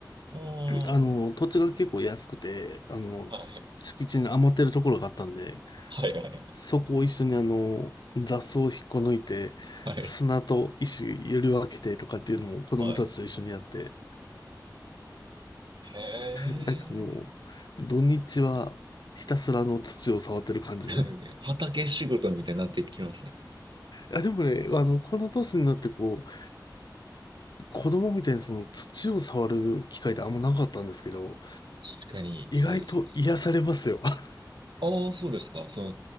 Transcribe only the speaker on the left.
あの、土地が結構安くて、あの、
敷地に余ってるところがあったんで、
そこを一緒にあの、雑草を引っこ抜いて、
砂と石より分けてとかっていうのを子供たちと一緒にやって、
なんかもう、土日はひたすらあの土を触ってる感じで。
あ、でもね、あの、この年になってこう、子供みたいにその土を触る機会ってあんまなかったんですけど、
意外と癒されますよ。
<laughs>